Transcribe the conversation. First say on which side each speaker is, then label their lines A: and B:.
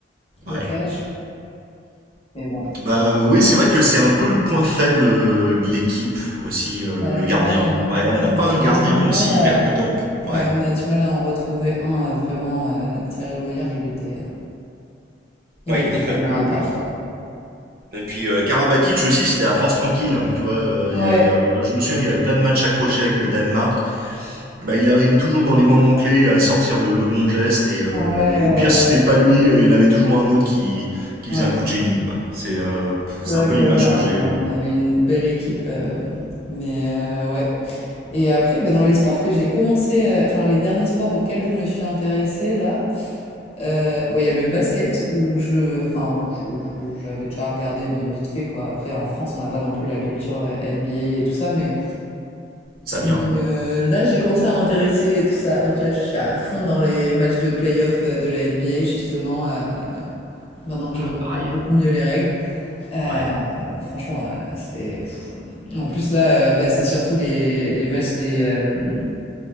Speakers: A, on the right; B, on the left.
A: Ouais.
B: au cage, mais bon.
A: Bah oui, c'est vrai que c'est un peu le point faible euh, de l'équipe aussi, euh,
B: Bah
A: le gardien.
B: ouais, on
A: Ouais, on n'a pas
B: a
A: un
B: eu du
A: gardien
B: mal
A: aussi
B: à,
A: percutant.
B: ouais,
A: Ouais.
B: on a du mal à en retrouver un euh, vraiment. euh, Thierry O'Meyer, il était, euh, il
A: Ouais,
B: était
A: il était
B: vraiment
A: fabuleux
B: à
A: lui.
B: part, quoi.
A: Et puis euh, Karabatic aussi, c'était la force tranquille, hein, tu vois. euh,
B: Ouais,
A: il y a- il y a- enfin, je me souviens, il y avait plein de matchs accrochés avec le Danemark. Bah, il arrivait toujours dans les moments clés à sortir le, le bon geste et, euh,
B: Ouais,
A: et au pire si c'était
B: ouais,
A: pas lui, euh, il y en avait toujours un autre qui, qui
B: ouais.
A: faisait un coup de génie quoi. C'est euh, pff,
B: C'est
A: c'est
B: vrai
A: un peu
B: que
A: l'image
B: ouais,
A: que
B: on,
A: j'ai.
B: a-
A: euh.
B: on avait une belle équipe. euh, mais euh, ouais. Et après, bah, dans les sports que j'ai commencé, euh, enfin les derniers sports auxquels je me suis intéressée là, euh, bon, il y a le basket où je, enfin, je- je- j'avais déjà regardé, mais vite fait quoi. Après, en France, on n'a pas non plus la culture euh, NBA et tout ça, mais,
A: Ça vient.
B: mais euh, là, j'ai commencé à m'intéresser et tout ça. Donc là, je suis à fond dans les matchs de playoff euh, de la NBA justement, euh, maintenant que
A: Ouais,
B: je comprends
A: pareil.
B: beaucoup mieux les règles. Euh,
A: Ouais.
B: franchement, euh, c'est. pff. En plus, là, euh, bah, c'est surtout les, les matchs des. euh,